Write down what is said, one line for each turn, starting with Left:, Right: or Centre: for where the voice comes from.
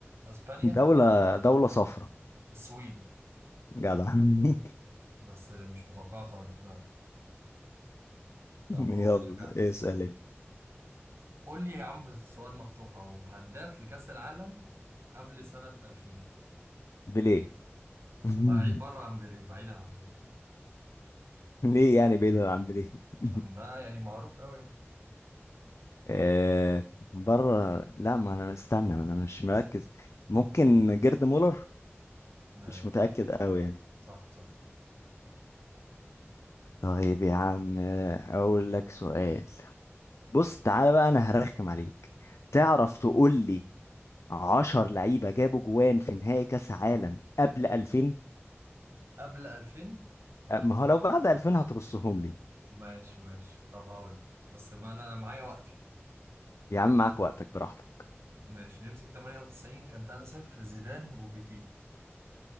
Right: أسبانيا
Left: دولة دولة صفرا
Right: السويد
Left: جدع <laughs>
Right: بس مش متوقعة خالص فعلا طب
Left: <laughs>
Right: هقول
Left: يلا
Right: لك أنا
Left: اسأل انت
Right: قول لي يا عم سؤال مفتوح أهو هداف لكأس العالم قبل سنة 2000
Left: بليه <laughs>
Right: بعيد بره عن بيليه بعيدا عن بيليه
Left: ليه يعني بعيدا عن بليه
Right: عشان
Left: <laughs>
Right: ده يعني معروف أوي يعني
Left: آه بره لا ما انا استنى ما انا مش مركز ممكن جيرد مولر
Right: ماشي
Left: مش متأكد قوي يعني
Right: صح صح صح
Left: طيب يا عم آه، اقول لك سؤال بص تعالى بقى انا هرخم عليك تعرف
Right: لا
Left: تقول لي 10 لعيبة جابوا جوان في نهائي كأس عالم قبل 2000
Right: قبل 2000
Left: آه، ما هو لو بعد 2000 هترصهم لي
Right: ماشي ماشي طب هقول لك بس ما أنا معايا وقتي
Left: يا عم معاك وقتك براحتك
Right: ماشي نمسك 98 كان 3-0 زيدان وبيتيت